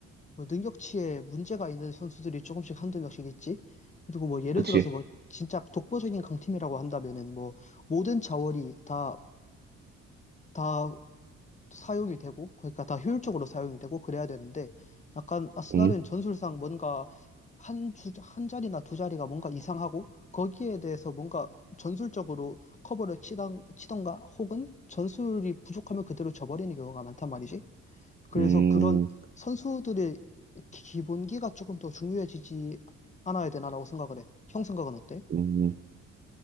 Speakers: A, on the left (about 25°); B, on the right (about 35°).
A: 뭐 능력치에 문제가 있는 선수들이 조금씩 한두 명씩 있지. 그리고 뭐 예를
B: 그치?
A: 들어서 뭐 진짜 독보적인 강팀이라고 한다면은 뭐 모든 자원이 다, 다 사용이 되고 그러니까 다 효율적으로 사용이 되고 그래야 되는데 약간 아스날은
B: 음,
A: 전술상 뭔가 한 주, 한 자리나 두 자리가 뭔가 이상하고 거기에 대해서 뭔가 전술적으로 커버를 치던, 치던가 혹은 전술이 부족하면 그대로 져버리는 경우가 많단 말이지. 그래서
B: 음,
A: 그런 선수들의 기- 기본기가 조금 더 중요해지지 않아야 되나라고 생각을 해. 형 생각은 어때?
B: 음.